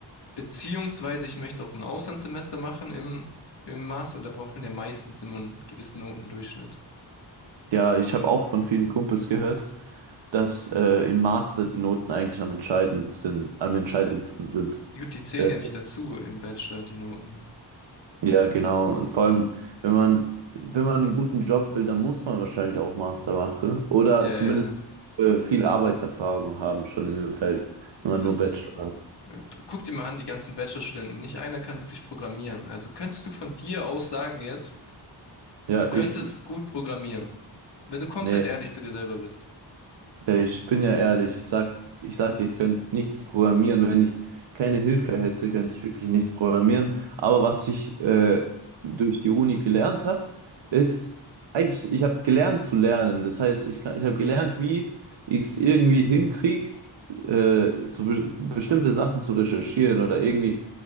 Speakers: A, on the left; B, on the right.
A: Beziehungsweise ich möchte auch ein Auslandssemester machen im, im Master und da braucht man ja meistens immer einen gewissen Notendurchschnitt.
B: Ja, ich habe auch von vielen Kumpels gehört, dass äh, im Master die Noten eigentlich am entscheidend sind, am entscheidendsten sind.
A: Gut, die zählen
B: Äh,
A: ja nicht dazu im Bachelor, die Noten.
B: Ja, genau. Und vor allem, wenn man, wenn man einen guten Job will, dann muss man wahrscheinlich auch Master machen oder
A: Ja, yeah,
B: zumindest äh, viel Arbeitserfahrung haben schon in dem Feld, wenn
A: das
B: man nur Bachelor hat.
A: Äh, Guck dir mal an, die ganzen Bachelorstudenten. Nicht einer kann wirklich programmieren. Also könntest du von dir aus sagen jetzt,
B: Ja,
A: du könntest
B: ich,
A: gut programmieren, wenn du komplett
B: nee,
A: ehrlich zu dir selber bist.
B: Ja, ich bin ja ehrlich, ich sag, ich sag dir, ich könnte nichts programmieren. Wenn ich keine Hilfe hätte, könnte ich wirklich nichts programmieren. Aber was ich äh, durch die Uni gelernt habe, ist eigentlich, ich habe gelernt zu lernen. Das heißt, ich kann, ich habe gelernt, wie ich es irgendwie hinkriege, äh, so be bestimmte Sachen zu recherchieren oder irgendwie.